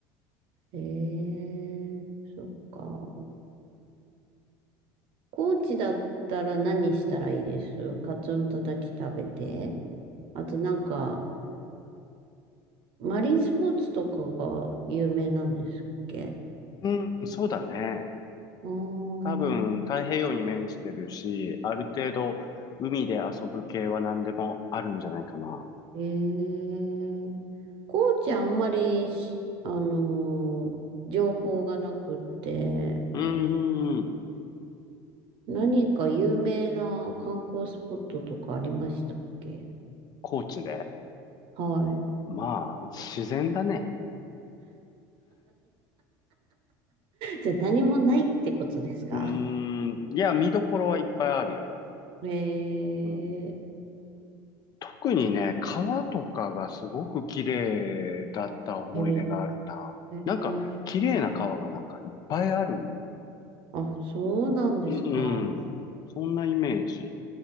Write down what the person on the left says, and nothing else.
うん、そうだね。
多分、太平洋に面してるし、ある程度、海で遊ぶ系は何でもあるんじゃないかな。
うんうんうん、
高知で。
まあ、自然だね。
うん、いや、見どころはいっぱいあるよ。
うん特にね、川とかがすごく綺麗だった思い出があるな。
なんか、
綺麗な川がなんかいっぱいある。
うん、うんそんなイメージ。